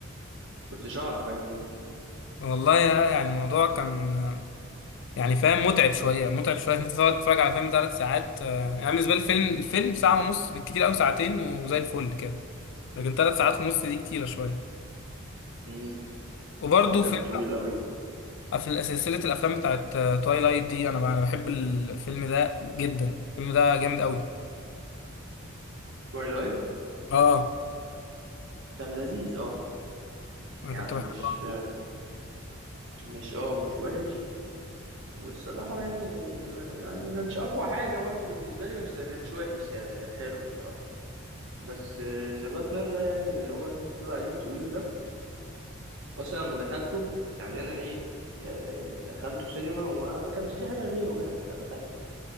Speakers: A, on the right; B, on the left.
A: كنتش أعرف عايز أقول لك.
B: <laughs> والله يا يعني الموضوع كان يعني فاهم متعب شويه متعب شويه انت تقعد تتفرج على فيلم ثلاث ساعات آه، يعني بالنسبه لي الفيلم الفيلم ساعه ونص بالكتير قوي ساعتين وزي الفل كده لكن ثلاث ساعات ونص دي كتيره شويه
A: امم
B: وبرده
A: هو كان
B: فيلم
A: طويل أوي
B: آه، في سلسله الافلام بتاعت تويلايت دي انا انا بحب الفيلم ده جدا الفيلم ده جامد قوي
A: توايلايت
B: اه
A: كان لذيذ آه
B: انا
A: يعني
B: كنت بحبه
A: مش مش آه مش وحش والصراحة يعني ما- يعني ما كانش أقوى حاجة برضه بالنسبة لي بس ما كانش وحش يعني كان حلو بصراحة بس ذا باتمان ده يعني اللي هو اللي أنت بتقول عليه الطويل ده أصلا لما دخلته يعني أنا إيه ك- دخلته سينما وما كانش في حاجة غيره يعني فدخلته